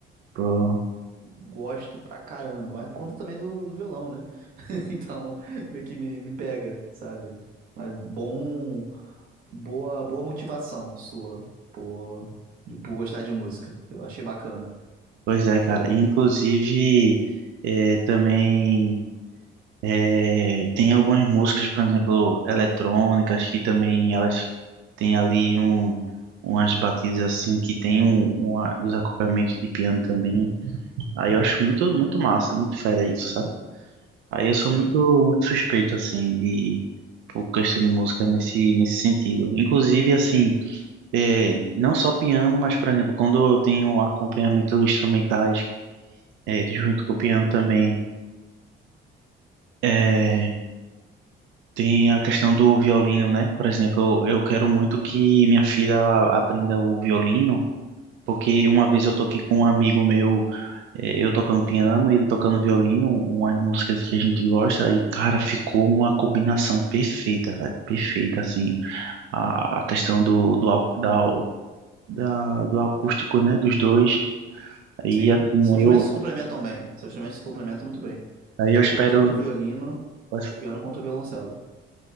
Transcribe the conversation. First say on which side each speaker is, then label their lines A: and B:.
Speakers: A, on the right; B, on the right.
A: Pô,
B: Gosto pra caramba, mas conta também do, do violão, né? <laughs> Então, meio que me, me pega, sabe? Mas bom, boa, boa motivação sua por, de- por gostar de música. Eu achei bacana.
A: pois é, cara. Inclusive, é, também é, tem algumas músicas, por exemplo, eletrônicas, que também elas têm ali um, umas batidas assim que tem um, um, os acompanhamentos de piano também. Aí eu acho muito, muito massa, muito fera isso, sabe? Aí eu sou
B: Sim.
A: muito, muito suspeito, assim, de por questão de música nesse, nesse sentido. Inclusive, assim, é, não só piano, mas, por exemplo, quando eu tenho acompanhamento instrumentais, é, junto com o piano também, é, tem a questão do violino, né? Por exemplo, eu, eu quero muito que minha filha ela aprenda o violino, porque uma vez eu toquei com um amigo meu é, eu tocando piano e ele tocando violino, um, umas músicas que a gente gosta, e, cara, ficou uma combinação perfeita, velho, perfeita, assim, a, a questão do, do, au- da, da- do acústico, né, dos dois, aí,
B: Sim,
A: assim,
B: são
A: aí
B: instrumentos
A: eu,
B: que se complementam bem. São instrumentos que se complementam muito bem.
A: aí
B: Tipo,
A: eu espero,
B: tanto o violino,
A: pois
B: quanto o piano, quanto o violoncelo.